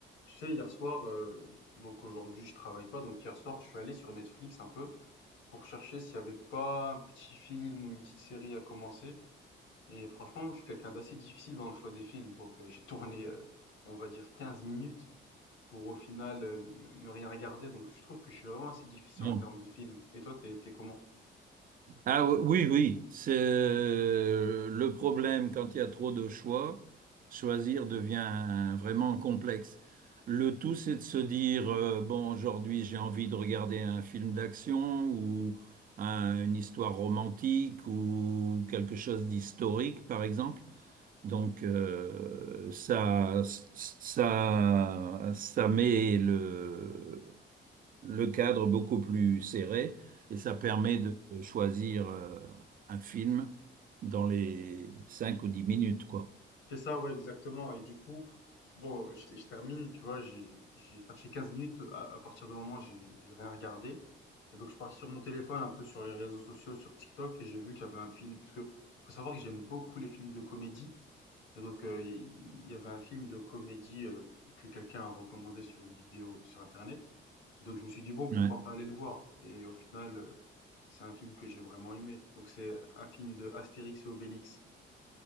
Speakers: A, on the left; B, on the right.
A: Tu sais, hier soir, euh, donc aujourd'hui je travaille pas, donc hier soir je suis allé sur Netflix un peu pour chercher s'il y avait pas un petit film ou une petite série à commencer. Et franchement, moi, je suis quelqu'un d'assez difficile dans le choix des films, donc euh, j'ai tourné, euh, on va dire, 15 minutes pour au final euh, ne, ne- ne rien regarder, donc je trouve que je suis vraiment assez difficile
B: Bon.
A: en termes de films. Et toi, t'es t'es comment?
B: Ah oui, oui, oui. c'est euh, le problème quand il y a trop de choix, choisir devient vraiment complexe. Le tout, c'est de se dire, euh, bon, aujourd'hui j'ai envie de regarder un film d'action ou un- une histoire romantique ou quelque chose d'historique, par exemple. Donc euh, ça, ça, ça met le, le cadre beaucoup plus serré et ça permet Mhm. de choisir euh, un film dans les 5 ou 10 minutes, quoi.
A: C'est ça, ouais, exactement. Et du coup, bon, je, je termine, tu vois, j'ai j'ai cherché 15 minutes à, à partir du moment où j'ai j'ai rien regardé. Et donc, je suis parti sur mon téléphone, un peu sur les réseaux sociaux, sur TikTok, et j'ai vu qu'il y avait un film, parce que faut savoir que j'aime beaucoup les films de comédie. Et donc, euh, il il y avait un film de comédie euh, que, que quelqu'un a recommandé sur une vidéo sur Internet. Donc, je me suis dit, bon, pourquoi
B: Ouais.
A: pas aller le voir? Et au final, euh, c'est un film que j'ai vraiment aimé. Donc, c'est un film de Astérix et Obélix.